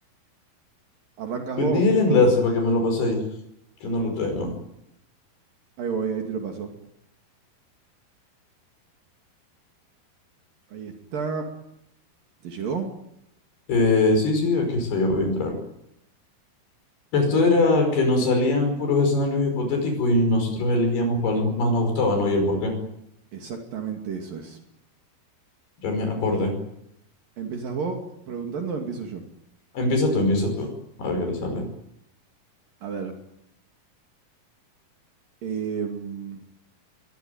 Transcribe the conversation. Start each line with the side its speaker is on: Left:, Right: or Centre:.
Right: ¿Arrancas
Left: Tenía
Right: vos?
Left: el enlace para que me lo paséis, que no lo tengo.
Right: Ahí voy, ahí te lo paso. Ahí está. ¿Te llegó?
Left: Eh, sí, sí, aquí está, ya voy a entrar. Esto era que nos salían puros escenarios hipotéticos y nosotros elegíamos cuál no- más nos gustaba, ¿no? Y el por qué.
Right: Exactamente eso es.
Left: Ya me acordé.
Right: ¿Empezás vos preguntando o empiezo yo?
Left: Empieza tú, empieza tú. A ver qué te sale.
Right: A ver, em,